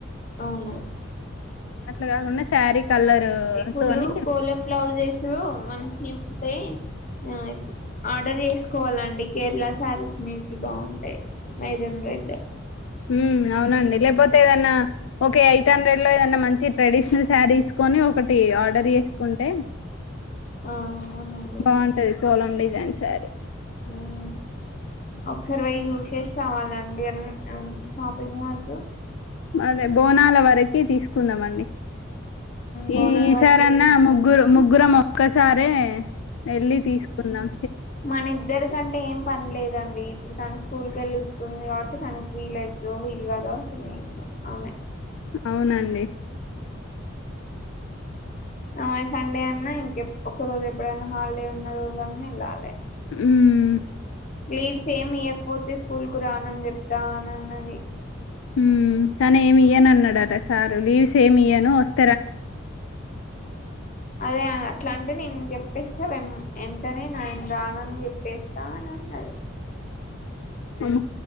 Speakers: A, on the left; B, on the left.
A: అవును
B: అట్లా కాకుండా శారీ కలర్
A: ఇప్పుడు
B: తోని
A: కోలం బ్లౌజెస్ మంచిగా ఉంటాయి ఆ ఇప్పు ఆర్డర్ చేసుకోవాలండి కేరళ సారీస్ మీదికి బాగుంటాయి మెరున్ రెడ్
B: ఉ అవునండి లేకపోతే ఏదన్నా ఒకే ఎయిట్ హండ్రెడ్ లో ఏదన్నా మంచి ఛీ ట్రెడిషనల్ సారీస్ కొని ఒకటి ఆర్డర్ చేసుకుంటే
A: ఆ అవునండి
B: బాగుంటది కోలం డిజైన్ సారీ
A: ఉహు ఒకసారి పోయి చూసేసి రావాలండి ఆ షాపింగ్ మాల్స్
B: అదే బోనాల వరకి తీసుకుందాం అండి
A: బోనాల
B: ఈ ఈసారన్న
A: వరకే తీసుకోవాలి
B: ముగ్గురు ముగ్గురం మొక్కసారే ఎళ్ళి తీసుకుందాం
A: మన ఇద్దరి కంటే ఏం పని లేదండి ఇప్పుడు తన స్కూల్ కి వెళ్ళతుంది కాబట్టి తన వీళ్ళ అయితదో వీల్ కాదో అసలు ఏందో ‌ఆమె
B: అవునండి
A: అ సండే అన్నా ఇంక ఒక రోజు ఎప్పుడైనా హాలిడే ఉన్న రోజు అన్నా వెళ్ళాలి
B: ఉమ్
A: లీవ్స్ ఏమి ఇయ్వకపోతే స్కూల్ కు రానని చెప్తానన్నది
B: ఉ కానీ ఏమి ఈయను అన్నాడాట సారు లీవ్స్ ఏమి ఈయను వస్త
A: అదే అట్లాంటే నేను చెప్ చెప్పేస్తే వెంటనే నేను రాను చెప్పేస్తానన్నది
B: మ్మ్